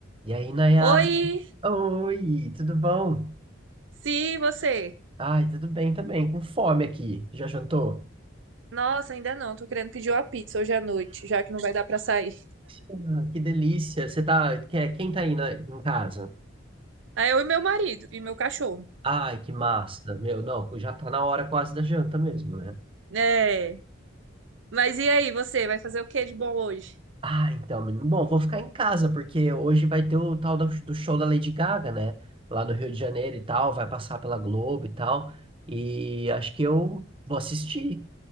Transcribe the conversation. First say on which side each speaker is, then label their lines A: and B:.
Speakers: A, on the right; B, on the right.
A: E aí, Nayara?
B: Oi,
A: Oi, tudo bom?
B: sim, você.
A: Ai, tudo bem também, com fome aqui. Já jantou?
B: Nossa, ainda não, tô querendo pedir uma pizza hoje à noite, já que não vai dar pra sair.
A: Ah, que delícia. Você tá. que- Quem tá aí na- em casa?
B: Aí eu e meu marido e meu cachorro.
A: Ai, que massa. Meu, não, já tá na hora quase da janta mesmo, né?
B: É. Mas e aí, você vai fazer o que de bom hoje?
A: Ah, então, menino. Bom, vou ficar em casa, porque hoje vai ter o tal da- do show da Lady Gaga, né? Lá no Rio de Janeiro e tal, vai passar pela Globo e tal. E acho que eu vou assistir. O